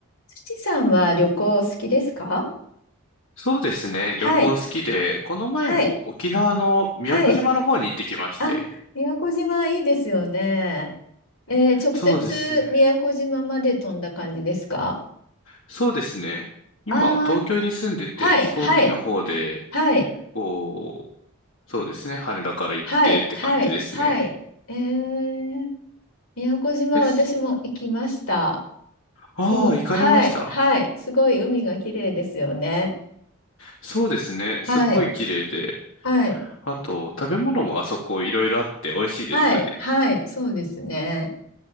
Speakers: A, on the left (about 75°); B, on the left (about 60°).
A: 土さんは旅行好きですか
B: そうですね。
A: はい、
B: 旅行好きで、この前も沖縄の宮古島の方に行ってきまして。
A: はい、はい。あ、宮古島いいですよね。えー直接宮古島まで飛んだ感じですか
B: そうですね。そうですね。今、
A: あ
B: 東京に住んでて、
A: あー、はい、
B: 飛行機の方で、
A: はい、はい、
B: こう、そうですね。羽田から行ってって感じですね。
A: はい、はい、はい。えー、宮古島私も行きました。
B: え、ああ、
A: すご、
B: 行かれました。
A: はい、はい、すごい海が綺麗ですよね。
B: そうですね。
A: はい、
B: すっごい綺麗で。
A: はい、
B: あと、食べ物もあそこいろいろあって美味しいですよね。
A: はい、はい、そうですね。